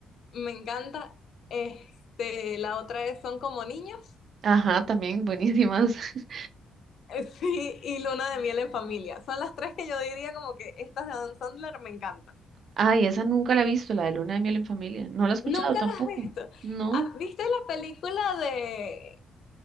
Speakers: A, on the left; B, on the right.
A: me encanta. Este, la otra es Son como niños.
B: Ajá, también buenísimas. <laughs>
A: <laughs> Eh, Sí, y Luna de Miel en Familia. Son las tres que yo diría como que estas de Adam Sandler me encantan.
B: Ay, esa nunca la he visto, la de Luna de miel en familia. No la he escuchado
A: Nunca
B: tampoco.
A: las has visto.
B: No.
A: Ah, ¿Viste la película de